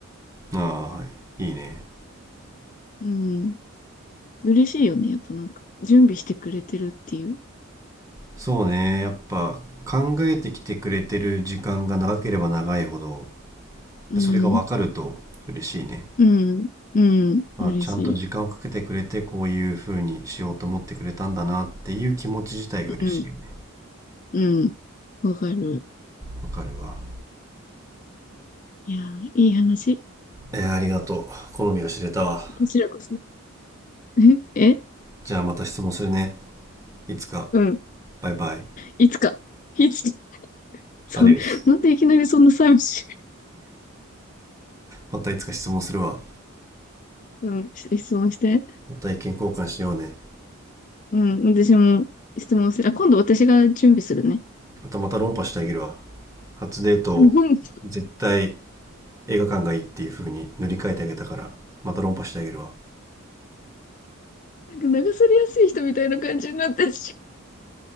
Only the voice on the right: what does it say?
ああはいいいね
そうねやっぱ考えてきてくれてる時間が長ければ長いほど
でそれが分かると嬉しいね
まあちゃんと時間をかけてくれてこういう風にしようと思ってくれたんだなっていう気持ち自体が嬉しいよね
わかるわ
えーありがとう好みが知れたわ
じゃあまた質問するねいつか
バイバイ
アディオスまたいつか質問するわ
また意見交換しようね。
あとまた論破してあげるわ。初デート、
絶対映画館がいいっていう風に塗り替えてあげたから、また論破してあげるわ。